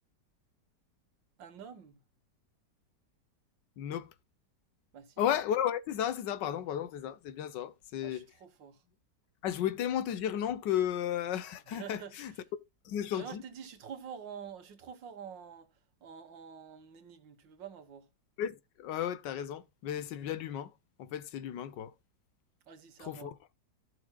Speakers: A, on the right (about 85°); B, on the left (about 75°).
A: un homme?
B: Nope.
A: Bah si.
B: Ouais, ouais, ouais, c'est ça, c'est ça, pardon, pardon, c'est ça, c'est bien ça. C'est.
A: Ah, je suis trop fort.
B: Ah, je voulais tellement te dire non que euh,
A: <laughs>
B: <laughs> c'est sorti.
A: Mais moi je t'ai dit, je suis trop fort en, je suis trop fort en, en, en énigme, tu peux pas m'avoir.
B: Ouais, c'est- ouais, ouais, t'as raison. Mais c'est bien l'humain. En fait, c'est l'humain, quoi.
A: Vas-y, c'est
B: Trop
A: à moi.
B: fort.